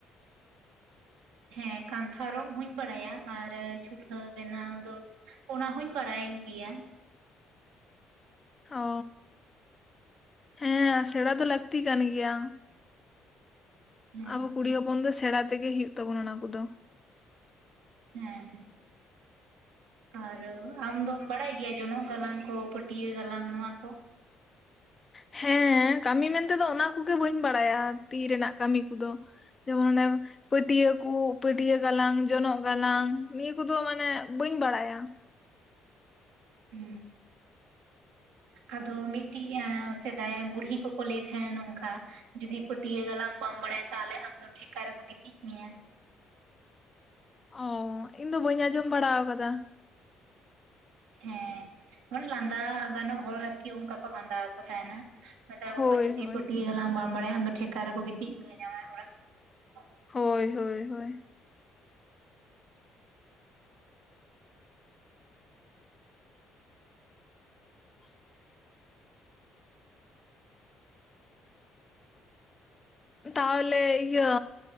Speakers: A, on the right; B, on the left.
A: ᱦᱮᱸ ᱠᱟᱱᱛᱷᱟ ᱨᱚᱜ ᱦᱚᱧ ᱵᱟᱲᱟᱭᱟ ᱟᱨ ᱪᱩᱞᱦᱟᱹ ᱵᱮᱱᱟᱣ ᱫᱚ ᱚᱱᱟᱦᱚᱧ ᱵᱟᱲᱟᱭ ᱜᱮᱭᱟ
B: ᱚ ᱦᱮᱸ ᱥᱮᱬᱟ ᱫᱚ ᱞᱟᱹᱠᱛᱤ ᱠᱟᱱ ᱜᱮᱭᱟ
A: ᱦᱮᱸ
B: ᱟᱵᱚ ᱠᱩᱲᱤ ᱦᱚᱯᱚᱱ ᱫᱚ ᱥᱮᱬᱟ ᱛᱮᱜᱮ ᱦᱩᱭᱩᱜ ᱛᱟᱵᱚᱱᱟ ᱚᱱᱟ ᱠᱚ ᱫᱚ
A: ᱦᱮᱸ ᱦᱮᱸ ᱟᱨ ᱟᱢ ᱫᱚᱢ ᱵᱟᱲᱟᱭ ᱜᱮᱭᱟ ᱡᱚᱱᱚᱜ ᱜᱟᱞᱟᱝ ᱠᱚ ᱯᱟᱹᱴᱭᱟᱹ ᱜᱟᱞᱟᱝ ᱱᱚᱣᱟ ᱠᱚ?
B: ᱦᱮᱸ ᱠᱟᱹᱢᱤ ᱢᱮᱱ ᱛᱮᱫᱚ ᱚᱱᱟ ᱠᱚᱜᱮ ᱵᱟᱹᱧ ᱵᱟᱲᱟᱭᱟ ᱛᱤ ᱨᱮᱱᱟᱜ ᱠᱟᱹᱢᱤ ᱠᱩᱫᱚ ᱡᱮᱢᱚᱱ <unintelligible> ᱯᱟᱹᱴᱭᱟᱹ ᱠᱩ ᱯᱟᱹᱴᱭᱟᱹ ᱜᱟᱞᱟᱝ ᱡᱚᱱᱚᱜ ᱜᱟᱞᱟᱝ ᱱᱤᱭᱟᱹ ᱠᱚᱫᱚ ᱢᱟᱱᱮ ᱵᱟᱹᱧ ᱵᱟᱲᱟᱭᱟ
A: ᱦᱩᱸ ᱟᱫᱚ ᱢᱤᱜᱴᱤᱡ ᱟᱸ ᱥᱮᱫᱟᱭ ᱵᱩᱲᱦᱤ ᱠᱚᱠᱚ ᱞᱟᱹᱭ ᱛᱟᱦᱮᱸᱱᱟ ᱱᱚᱝᱠᱟ ᱡᱩᱫᱤ ᱯᱟᱹᱴᱭᱟᱹ ᱜᱟᱞᱟᱝ ᱵᱟᱢ ᱵᱟᱲᱟᱭᱟ ᱛᱟᱦᱚᱞᱮ ᱟᱢᱫᱚ ᱴᱷᱮᱠᱟ ᱨᱮᱠᱚ ᱜᱤᱛᱤᱡ ᱢᱮᱭᱟ
B: ᱚ ᱤᱧ ᱫᱚ ᱵᱟᱹᱧ ᱟᱸᱡᱚᱢ ᱵᱟᱲᱟᱣ ᱠᱟᱫᱟ
A: ᱦᱮᱸ <unintelligible> ᱞᱟᱸᱫᱟ ᱜᱟᱱᱚᱜ ᱦᱚᱲ ᱟᱨᱠᱤ ᱚᱱᱠᱟ ᱠᱚ ᱞᱟᱸᱫᱟ ᱟᱠᱚ ᱛᱟᱦᱮᱱᱟ ᱢᱮᱛᱟ ᱠᱚ
B: ᱦᱳᱭ
A: ᱠᱚᱣᱟ ᱡᱩᱫᱤ
B: ᱦᱳᱭ
A: ᱯᱟᱹᱴᱭᱟᱹ ᱜᱟᱞᱟᱝ ᱵᱟᱢ ᱵᱟᱲᱟᱭᱟ ᱟᱢᱫᱚ ᱴᱷᱮᱠᱟ ᱨᱮᱠᱚ ᱜᱤᱛᱤᱡ ᱢᱮᱭᱟ ᱡᱟᱢᱶᱟᱭ ᱚᱲᱟᱜ ᱨᱮ
B: ᱦᱳᱭ ᱦᱳᱭ ᱦᱳᱭ <inaudible> ᱛᱟᱦᱚᱞᱮ ᱤᱭᱟᱹ